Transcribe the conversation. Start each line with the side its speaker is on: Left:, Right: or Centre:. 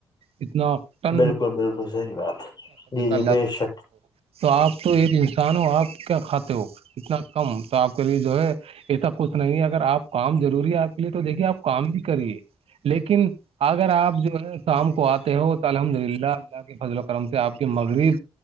Right: اتنا ساا
Left: بالکل بالکل صحیح بات
Right: کر
Left: جی
Right: د
Left: جی
Right: اللہ
Left: بے
Right: تعالی
Left: شک
Right: تو آپ تو ایک انسان ہو آپ کیا کھاتے ہو اتنا کم تو آپ کے لیے جو ہے ایسا کچھ نہیں ہے اگر آپ کام ضروری ہے آپ کے لیے تو دیکھیے آپ کام بھی کریے لیکن اگر آپ جو ہے شام کو آتے ہو تو الحمد للہ اللہ کے فضل و کرم سے آپ کے مغرب